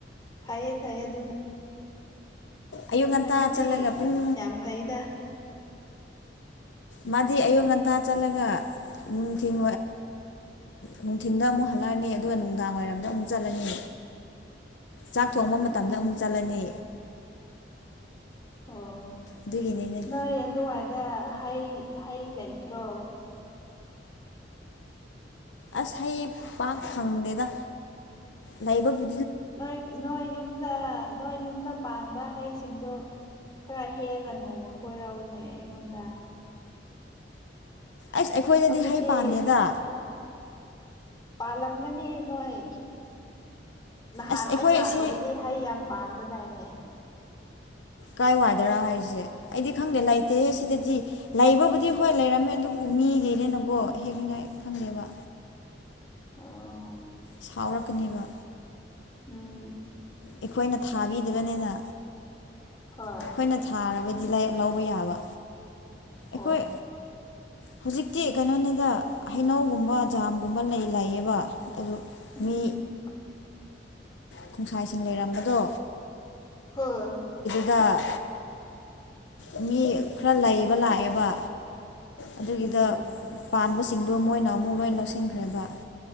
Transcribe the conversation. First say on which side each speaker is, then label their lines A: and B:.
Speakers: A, on the left; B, on the left.
A: ꯐꯩꯌꯦ ꯐꯩꯌꯦ ꯑꯗꯨꯅ
B: ꯑꯌꯨꯛ
A: ꯉꯟꯗꯕꯗꯤ
B: ꯉꯟꯇꯥ ꯆꯠꯂꯒ ꯄꯨꯡ
A: ꯌꯥꯝ ꯐꯩꯗ
B: ꯃꯥꯗꯤ ꯑꯌꯨꯛ ꯉꯟꯇꯥ ꯆꯠꯂꯒ
A: ꯎꯝ
B: ꯅꯨꯡꯊꯤꯟ ꯅꯨꯡꯊꯤꯟꯗ ꯑꯃꯨꯛ ꯍꯜꯂꯛꯑꯅꯤ ꯑꯗꯨꯒ ꯅꯨꯡꯗꯥꯡ ꯋꯥꯏꯔꯝꯗ ꯑꯃꯨꯛ ꯆꯠꯂꯅꯤ
A: <inaudible>
B: ꯆꯥꯛ ꯊꯣꯡꯕ ꯃꯇꯝꯗ
A: ꯎꯝ
B: ꯑꯃꯨꯛ ꯆꯠꯂꯅꯤ
A: ꯑꯣ
B: ꯑꯗꯨꯒꯤꯅꯤꯅꯦ
A: ꯅ ꯌꯦꯗꯣ ꯍꯥꯏ ꯑꯗ ꯍꯩ ꯍꯩ ꯂꯩꯇ꯭ꯔꯣ
B: ꯑꯁ ꯍꯩ ꯄꯥꯛ ꯐꯪꯗꯦꯗ ꯂꯩꯕꯕꯨ
A: ꯅꯣꯏ ꯅꯣꯏ ꯌꯨꯝꯗ ꯅꯣꯏ ꯌꯨꯝꯗ ꯄꯥꯟꯕ ꯍꯩꯁꯤꯡꯗꯣ ꯈꯔ ꯍꯦꯛꯑ ꯅꯣꯡꯃ ꯀꯣꯏꯔꯛꯎꯅꯦ ꯑꯩꯉꯣꯟꯗ
B: ꯑꯁ ꯑꯩꯈꯣꯏꯗꯗꯤ
A: ꯍꯧꯖꯤꯛꯇꯤ
B: ꯍꯩ ꯄꯥꯟꯗꯦꯗ
A: ꯄꯥꯜꯂꯝꯒꯅꯤ ꯅꯣꯏ ꯅꯍꯥꯟ
B: ꯑꯁ ꯑꯩꯈꯣꯏ
A: ꯑꯩ ꯂꯥꯛꯄꯗꯗꯤ
B: ꯑꯁꯤ
A: ꯍꯩ ꯌꯥꯝ ꯄꯥꯟꯕꯗꯥꯏꯅꯦ
B: ꯀꯥꯏ ꯋꯥꯏꯗꯔꯥ ꯍꯥꯏꯔꯤꯁꯦ ꯑꯩꯗꯤ ꯈꯪꯗꯦ ꯂꯩꯇꯦꯍꯦ ꯁꯤꯗꯗꯤ ꯂꯩꯕꯕꯨꯗꯤ ꯍꯣꯏ ꯂꯩꯔꯝꯃꯦ ꯑꯗꯨꯕꯨ ꯃꯤꯒꯤꯅꯦꯅꯀꯣ ꯍꯦꯛꯅꯤꯡꯉꯥꯏ ꯈꯪꯗꯦꯕ
A: <inaudible> ꯑꯣ
B: ꯁꯥꯎꯔꯛꯀꯅꯦꯕ
A: ꯎꯝ
B: ꯑꯩꯈꯣꯏꯅ ꯊꯥꯕꯤꯗꯕꯅꯤꯅ
A: ꯍꯣꯏ
B: ꯑꯩꯈꯣꯏꯅ ꯊꯥꯔꯒꯗꯤ ꯂꯧꯕ ꯌꯥꯕ ꯑꯩꯈꯣꯏ
A: ꯑꯣ
B: ꯍꯧꯖꯤꯛꯇꯤ ꯀꯩꯅꯣꯅꯤꯗ ꯍꯩꯅꯧꯒꯨꯝꯕ ꯖꯥꯝꯒꯨꯝꯕ ꯂꯩ ꯂꯩꯌꯦꯕ ꯑꯗꯨ
A: ꯎꯝ
B: ꯃꯤ ꯈꯣꯡꯁꯥꯏꯁꯤꯡ ꯂꯩꯔꯝꯕꯗꯣ
A: ꯍꯣꯏ
B: ꯑꯗ ꯃꯤ ꯈꯔ ꯂꯩꯕ ꯂꯥꯛꯑꯦꯕ ꯑꯗꯨꯒꯤꯗ
A: ꯎꯝ
B: ꯄꯥꯟꯕꯁꯤꯡꯗꯣ ꯃꯣꯏꯅ ꯑꯃꯨꯛ ꯂꯣꯏ ꯂꯧꯁꯤꯟꯈ꯭ꯔꯦꯕ